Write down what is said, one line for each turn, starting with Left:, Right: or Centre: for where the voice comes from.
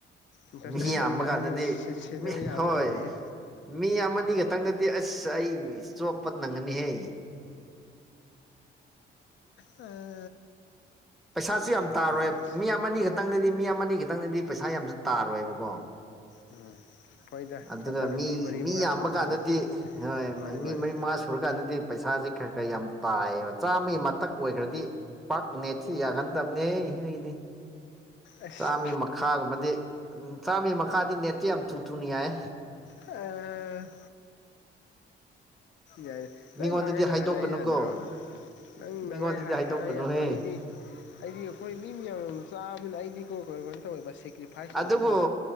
Left: ꯏꯊꯟꯇ
Centre: ꯃꯤ
Left: ꯂꯩꯔꯀꯥꯟꯗꯒꯤ
Centre: ꯌꯥꯝꯕ ꯀꯥꯟꯗꯗꯤ
Left: ꯁꯤꯖꯤꯟꯅꯕ
Centre: ꯃꯤ
Left: ꯌꯥꯕꯖꯥꯠ
Centre: ꯍꯣꯏ
Left: ꯅꯠꯇꯦꯍꯦ
Centre: ꯃꯤ ꯑꯃꯅꯤꯒ ꯃꯈꯤꯇꯪꯗꯗꯤ ꯑꯁ ꯑꯩ ꯆꯣꯞꯄ ꯅꯪꯒꯅꯤꯍꯦ
Left: ꯑ
Centre: ꯄꯩꯁꯥꯁꯨ ꯌꯥꯝ ꯇꯥꯔꯣꯏ
Left: ꯇꯥꯔꯦ ꯑꯁ
Centre: ꯃꯤ ꯑꯃꯅꯤ ꯈꯛꯇꯪꯗꯗꯤ ꯃꯤ ꯑꯃꯅꯤ ꯈꯛꯇ ꯈꯤꯇꯪꯅꯤꯗꯤ ꯄꯩꯁꯥ ꯌꯥꯝꯁꯨ ꯇꯥꯔꯣꯏꯕꯀꯣ
Left: ꯎꯝ ꯍꯣꯏꯗ ꯄꯩꯁꯥ
Centre: ꯑꯗꯨꯒ
Left: ꯇꯥꯔ
Centre: ꯃꯤ
Left: ꯃꯔꯤ
Centre: ꯃꯤ
Left: ꯃꯉꯥ
Centre: ꯌꯥꯝꯕ
Left: ꯁꯨꯔꯀꯥꯟꯗ
Centre: ꯀꯥꯟꯗꯗꯤ
Left: ꯄꯩꯁꯥ
Centre: ꯍꯣꯏ
Left: ꯃꯥꯅꯦ ꯃꯥꯅꯦ
Centre: ꯃꯤ ꯃꯔꯤ ꯃꯉꯥ ꯁꯨꯔꯀꯥꯟꯗꯗꯤ ꯄꯩꯁꯥꯁꯦ ꯈꯔ ꯈꯔ ꯌꯥꯝ ꯇꯥꯏ ꯆꯥꯝꯃꯒꯤ ꯃꯊꯛ ꯑꯣꯏꯈ꯭ꯔꯗꯤ ꯄꯥꯛꯅꯦꯊꯤ ꯌꯥꯒꯟꯗꯕꯅꯦ ꯑꯩꯗꯤ
Left: ꯑꯁ
Centre: ꯆꯥꯃ ꯃꯈꯥꯒꯨꯝꯕꯗꯤ ꯆꯥꯝꯃꯔꯤ ꯃꯈꯥꯗꯤ ꯅꯦꯠꯇꯦ ꯌꯥꯝ ꯊꯨ ꯊꯨꯅꯤ ꯌꯥꯏ
Left: ꯑ ꯌꯥꯏꯅꯤ
Centre: ꯃꯤꯉꯣꯟꯗꯗꯤ
Left: ꯅꯪ ꯅꯍꯥꯟꯈꯩꯩꯅ
Centre: ꯍꯥꯏꯗꯣꯛꯀꯅꯨꯀꯣ
Left: ꯍꯥꯏꯔꯛꯏ ꯌꯥꯗ꯭ꯔꯣ ꯅꯪꯅꯉꯥꯏ
Centre: ꯃꯤꯉꯣꯟꯗꯗꯤ
Left: ꯍꯥꯏꯔꯛꯑ
Centre: ꯍꯥꯏꯗꯣꯛꯀꯅꯨꯍꯦ
Left: ꯌꯥꯗꯣ ꯑꯩꯗꯤ ꯑꯩꯗꯤ ꯑꯩꯈꯣꯏ ꯃꯤ ꯃꯌꯥꯝ ꯆꯥꯕꯅ ꯑꯏꯗꯤ ꯀꯔꯣꯅꯤ ꯇꯧ ꯁꯦ ꯐꯥꯏꯁ
Centre: ꯑꯗꯨꯕꯨ
Left: ꯇꯧꯕꯒꯤ